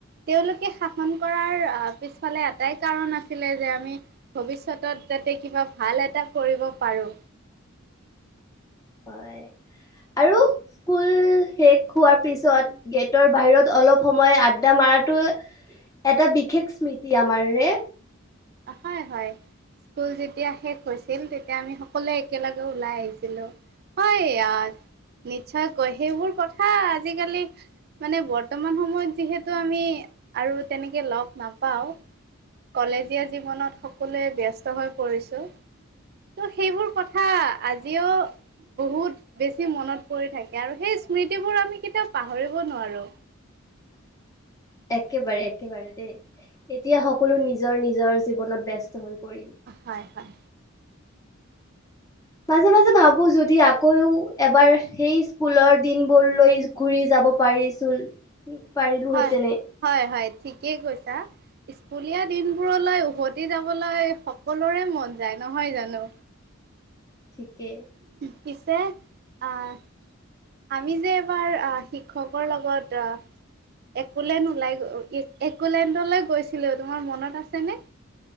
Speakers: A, on the right (about 50°); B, on the left (about 15°).
A: তেওঁলোকে শাসন কৰাৰ পিছফালে এটাই কাৰণ আছিলে যে আমি ভৱিষ্যতত যাতে কিবা ভাল এটা কৰিব পাৰো।
B: হয় আৰু স্কুল শেষ হোৱাৰ পিছত গেটৰ বাহিৰত অলপ সময় আড্ডা মাৰাটো এটা বিশেষ স্মৃতি আমাৰ ৰে।
A: হয় হয়। স্কুল যেতিয়া শেষ হৈছিল তেতিয়া আমি সকলোৱে একেলগে ওলাই আহিছিলো। হয় ইয়াত নিশ্চয় কয় সেইবোৰ কথা আজিকালি মানে বৰ্তমান সময়ত যিহেতু আমি আৰু তেনেকে লগ নাপাওঁ। কলেজীয়া জীৱনত সকলোৱে ব্যস্ত হৈ পৰিছোঁ। ত' সেইবোৰ কথা আজিও বহুত বেছি মনত পৰি থাকে আৰু সেই স্মৃতিবোৰ আমি কেতিয়াও পাহৰিব নোৱাৰো।
B: <inaudible> একেবাৰে একেবাৰে দেই এতিয়া সকলো নিজৰ নিজৰ জীৱনত ব্যস্ত হৈ পৰিল।
A: হয় হয়।
B: মাজে মাজে ভাবো যদি আকৌও এবাৰ সেই- স্কুলৰ দিনবোৰ লৈ ঘুৰি যাব পাৰিছিলো পাৰিলোহেতেনে
A: হয়, হয়, হয় ঠিকেই কৈছা। স্কুলীয়া দিনবোৰলৈ উভতি যাবলৈ সকলোৰে মন যায় নহয় জানো?
B: ঠিকে
A: পিছে আহ আমি যে এবাৰ আহ শিক্ষকৰ লগত আহ একোলেণ্ড ওলাই গ একোলেণ্ডলৈ গৈছিলো তোমাৰ মনত আছেনে?